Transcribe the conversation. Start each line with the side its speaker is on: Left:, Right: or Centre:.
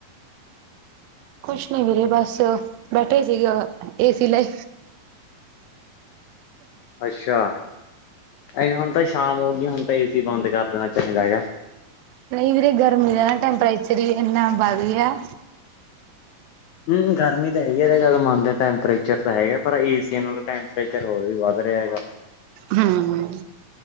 Right: ਕੁਛ ਨੀ ਵੀਰੇ ਬਸ ਬੈਠਾ ਹੀ ਸੀਗੇ, ਏਸੀ ਲਾਈ।
Left: ਅੱਛਾ, ਏਂ ਹੁਨ ਤਾਂ ਸ਼ਾਮ ਹੋ ਗਈ ਹੁਨ ਤਾ ਏਸੀ ਬੰਦ ਕਰ ਦੇਣਾ ਚਾਹੀਦਾ ਹੈਗਾ।
Right: ਨਹੀਂ ਵੀਰੇ ਗਰਮੀ ਦਾ ਨਾ ਟੈਂਪਰੇਚਰ ਹੀ ਇਹਨਾ ਵੱਧ ਗਿਆ।
Left: ਹੂੰ ਗਰਮੀ ਤਾਂ ਹੈਗੀ ਐ ਇਹ ਗੱਲ ਮੰਨਦੇ ਆ ਟੈਂਪਰੇਚਰ ਤਾ ਹੈਗਾ, ਪਰ ਏਸੀ ਨਾਲੋਂ ਟੈਂਪਰੇਚਰ ਹੋਰ ਵੀ ਵੱਧ ਰਿਹਾ ਹੈਗਾ।
Right: ਹੂੰ,